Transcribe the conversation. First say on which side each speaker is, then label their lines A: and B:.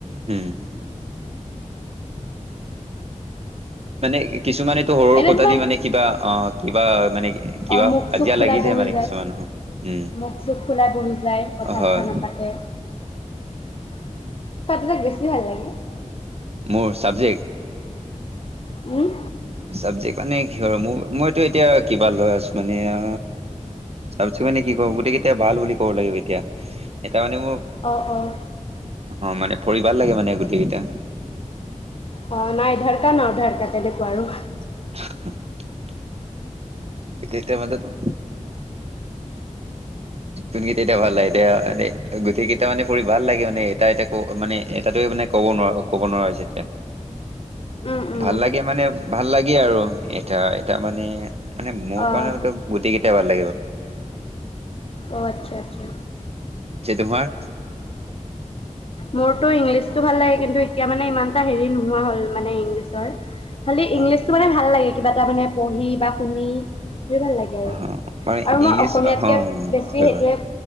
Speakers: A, on the right; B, on the left.
A: হুম মানে কিছুমানেতো সৰু সৰু
B: এনে
A: কথাত
B: তোমাৰ
A: দি মানে কিবা অঁ কিবা মানে কিবা
B: অ', মুখ
A: কাজিয়া
B: চুখ ফুলাই
A: লাগি যায়
B: বহি
A: মানে কিছুমান উম
B: মুখ চুখ ফুলাই বহি যায়, কথা
A: হয়।
B: চথা নাপাতে। তাক বেছি ভাল লাগে
A: মোৰ চাবজেক্ট
B: উম
A: চবজেকট মানে কিহৰ মোৰ মইতো এতিয়া কিবা লৈ আছো মানে অ চাব চ মানে কি ক গোটেই কেইতিয়া ভাল বুলি ক'ব লাগিব এতিয়া। ত মানে মোৰ
B: অ', অ',
A: অ মানে ফঢ়িবাল লাগে মানে গোটেই কেইটা
B: অ নাই ঢাৰকা ন ঢাৰকাতে দেখো আৰু
A: <unintelligible> তিতিয়া মত অ কোনকেইটা এতিয়া ভাল লাগে এতিয়া এ গোটেই কেইটা মানে পঢ়ি ভাল লাগে মানে এটা এয়া ক মানে এটাতয়োনে কব নোৱাৰো ক'ব নোৱাৰা হৈছে এতিয়া।
B: উম,
A: <unintelligible>
B: উম,
A: ভাল লাগে মানে ভাল লাগে। গে আৰু এতয়া এতা মানে মানে মোৰ
B: অ',
A: কাৰণে গোটেই কেইটা, কেতি ভাল লাগিব।
B: অঁ আচ্ছা আচ্ছা।
A: স তোমাৰ?
B: মোৰতটো ইংলিছতটো ভাল লাগে কিন্তু এতিয়া মানে ইমানটা হেৰি নোহোৱা হ'ল মানে ইংলিছ ছয় খালি
A: অ
B: ইংলিছতটো মানে ভাল লাগে কিবা। তাৰমানে পঢ়ি বা শুনি দুু ভাল লাগে আৰু
A: অ মানে
B: আৰু
A: ইংলিছ
B: মই অসমীয়াতকে
A: অ
B: বেছি
A: হয়
B: সেইটোৱে,
A: বাৰু